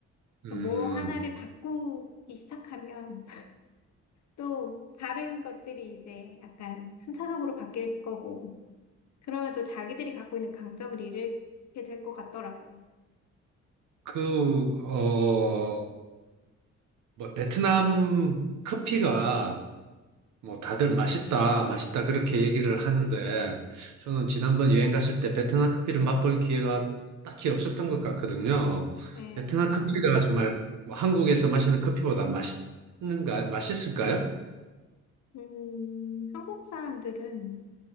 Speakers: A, on the right; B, on the left.
A: 음,
B: 뭐 하나를 바꾸기 시작하면 또 다른 것들이 이제 약간 순차적으로 바뀔 거고 그러면 또 자기들이 갖고 있는 강점을 잃게 될 것 같더라고요.
A: 그, 어, 뭐, 베트남 커피가 뭐 다들 맛있다, 맛있다 그렇게 얘기를 하는데 저는 지난번 여행 갔을 때 베트남 커피를 맛볼 기회가 딱히 없었던 것 같거든요.
B: 네.
A: 베트남 커피가 정말 뭐 한국에서 마시는 커피보다 맛있는가, 맛있을까요?
B: 음, 한국 사람들은